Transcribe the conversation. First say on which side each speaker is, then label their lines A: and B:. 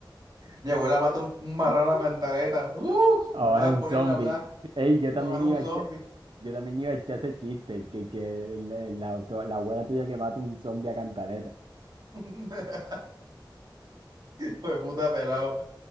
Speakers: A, on the right; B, on the right.
A: Mi abuela mata un, un marrano
B: <laughs>
A: a cantaleta. Uf,
B: Ahora
A: nada más de
B: un
A: ponerla
B: zombie.
A: a hablar.
B: Ey,
A: <laughs>
B: yo también
A: Me van
B: iba
A: a un zombie.
B: a echar, yo también iba a echar ese chiste, que, que el- el- la, auto- la abuela tuya que mata un zombie a cantareta.
A: <laughs> Pues puta pelado.